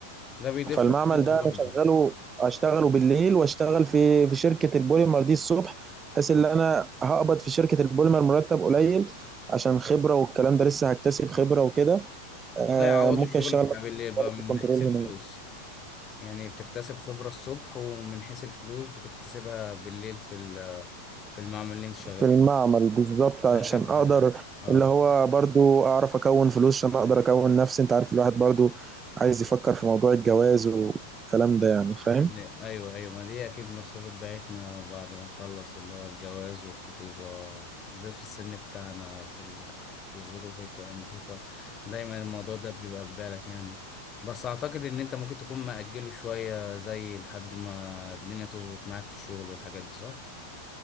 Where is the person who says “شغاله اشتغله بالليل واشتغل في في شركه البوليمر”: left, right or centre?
Right